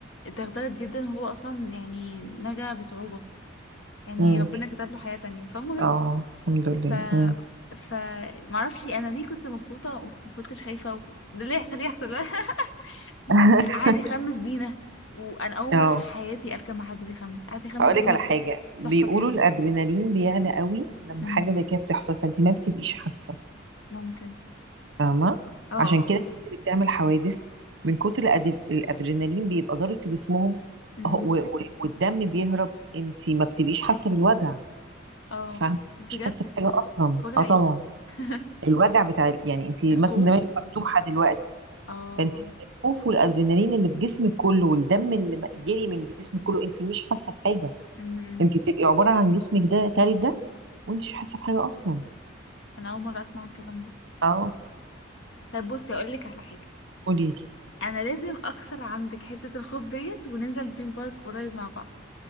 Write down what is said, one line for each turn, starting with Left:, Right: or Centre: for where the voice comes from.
Left: اتدغدغت جدا هو اصلا يعني نجا بصعوبة يعني
Right: امم
Left: ربنا كتب له حياة تانية فالمهم
Right: اه الحمد لله
Left: ف
Right: امم
Left: ف معرفش انا ليه كنت مبسوطة ومكنتش خايفة و... اللي يحصل يحصل <laughs>
Right: <laughs>
Left: قعد يخمس بينا وانا اول
Right: اه
Left: مرة في حياتي اركب مع حد بيخمس قعد يخمس
Right: هقولك
Left: بينا
Right: على حاجه بيقولوا
Left: تحفة كان
Right: الادرينالين بيعلى قوي لما
Left: امم
Right: حاجه زي كده بتحصل فانت ما بتبقيش حاسه
Left: ممكن
Right: فاهمة
Left: اه اه
Right: عشان كده
Left: اه
Right: الناس اللي بتعمل حوادث من كتر الأدر... الأدرينالين بيبقى ضارب في جسمهم
Left: امم
Right: أهو- و... و... والدم بيهرب انت ما بتبقيش حاسة بالوجع
Left: اه
Right: فاهمة
Left: بجد
Right: مش حاسة بحاجة أصلا
Left: وجعي
Right: اه طبعا
Left: <laughs>
Right: الوجع بتاع ال- يعني انت مثلا
Left: الخوف
Right: دماغك مفتوحة دلوقتي
Left: اه
Right: فانت الخوف والأدرينالين اللي في جسمك كله والدم اللي م- جري من جسمك كله انت مش حاسة بحاجة
Left: امم
Right: انت بتبقي عبارة عن جسمك ده تلجة وانت مش حاسة بحاجة أصلا
Left: انا اول مرة اسمع الكلام ده
Right: اه
Left: طيب بصي اقول لك على حاجة
Right: قولي لي
Left: انا لازم اكسر عندك حتة الخوف ديت وننزل دريم بارك قريب مع بعض